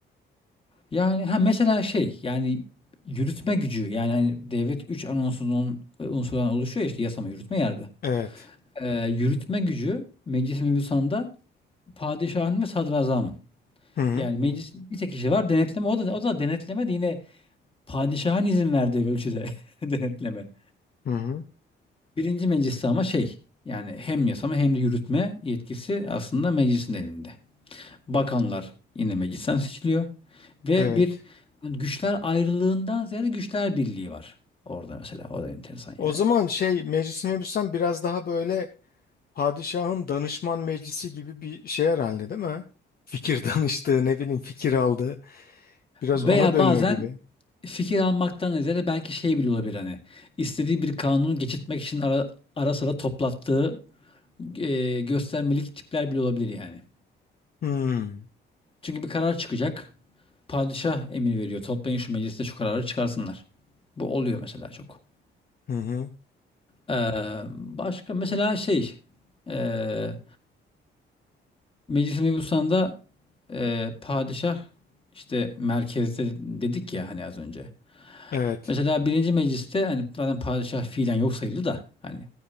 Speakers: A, on the left; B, on the left.
A: Yani ha mesela şey yani yürütme gücü yani hani devlet 3 anonsunun unsurdan oluşuyor ya işte yasama, yürütme, yargı.
B: Evet.
A: Ee, yürütme gücü meclis mebusanda padişahın ve sadrazamın.
B: Hı hı.
A: Yani meclisin bir tek kişi var denetleme o da, o da denetleme de yine padişahın izin verdiği ölçüde <laughs> denetleme.
B: Hı hı.
A: Birinci mecliste ama şey yani hem yasama hem de yürütme yetkisi aslında meclisin elinde. Bakanlar yine meclisten seçiliyor. Ve
B: Evet.
A: bir güçler ayrılığından ziyade güçler birliği var. Orada mesela o da enteresan
B: O
A: yani.
B: zaman şey Meclis-i Mebusan biraz daha böyle padişahın danışman meclisi gibi bir şey herhalde değil mi? Fikir <laughs> danıştığı ne bileyim fikir aldığı biraz
A: Veya
B: ona dönüyor
A: bazen
B: gibi.
A: fikir almaktan ziyade belki şey bile olabilir hani istediği bir kanunu geçirtmek için ara, ara sıra toplattığı e, göstermelik tipler bile olabilir yani.
B: Hmm.
A: Çünkü bir karar çıkacak. Padişah emir veriyor. Toplayın şu mecliste şu kararı çıkarsınlar. Bu oluyor mesela çok.
B: Hı hı.
A: Ee, başka mesela şey ee, Meclis-i Mebusan'da e, padişah işte merkezde dedik ya hani az önce.
B: Evet.
A: Mesela birinci mecliste hani zaten padişah fiilen yok sayıldı da hani